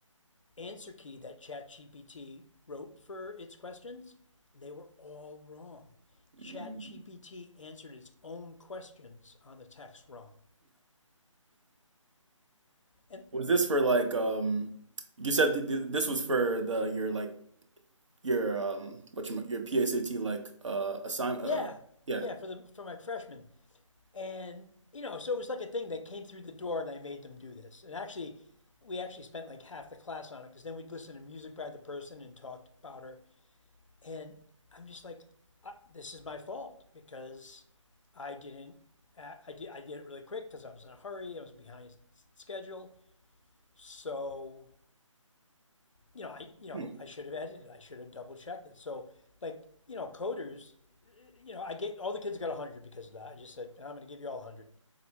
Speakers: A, on the left (about 70°); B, on the right (about 65°).
A: answer key that ChatGPT wrote for its questions, and they were all wrong.
B: Mm.
A: ChatGPT answered its own questions on the text wrong. And
B: Was this for like um you said th th this was for the your like your um what your your PSAT like uh assign uh
A: yeah,
B: yeah.
A: yeah, for the for my freshman, And, you know, so it was like a thing that came through the door and I made them do this. And actually, we actually spent like half the class on it because then we'd listen to music by the person and talked about her. And I'm just like, this is my fault because I didn't. I did, I did it really quick because I was in a hurry. I was behind schedule. So, you know, I you know,
B: Hmm.
A: I should have edited. I should have double checked it. So, like, you know, coders, you know, I get all the kids got 100 because of that. I just said, I'm going to give you all 100.